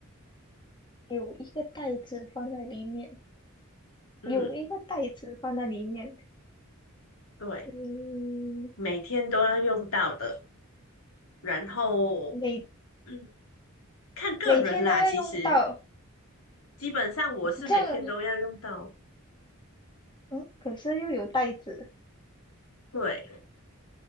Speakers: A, on the left; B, on the left.
A: 有一个袋子放在里面。
B: 嗯，
A: 有一个袋子放在里面，
B: 对，
A: 嗯，
B: 每天都要用到的。然后，
A: 每
B: <clears throat> 嗯。看个人啦，
A: 每天都要用到，
B: 其实基本上我是每天都要用到，
A: 这样，嗯，可是又有袋子，
B: 对。